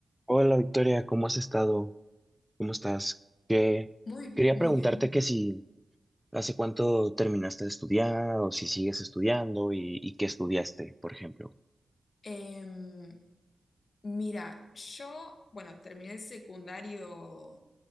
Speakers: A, in the centre; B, on the left.
A: Hola Victoria, ¿cómo has estado? ¿Cómo estás? Que
B: Muy,
A: quería
B: muy
A: preguntarte
B: bien. muy
A: que
B: bien.
A: si hace cuánto terminaste de estudiar o si sigues estudiando y, y qué estudiaste, por ejemplo.
B: Em, mira, yo, bueno, terminé el secundario